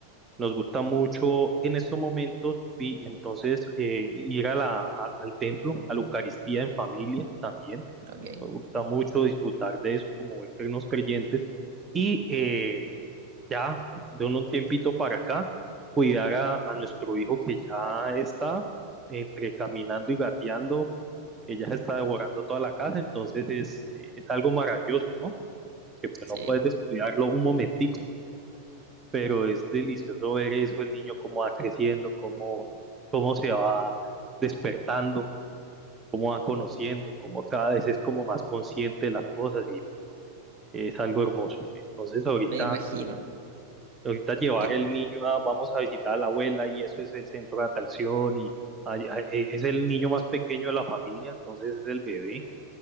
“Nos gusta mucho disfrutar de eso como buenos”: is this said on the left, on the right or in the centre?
Right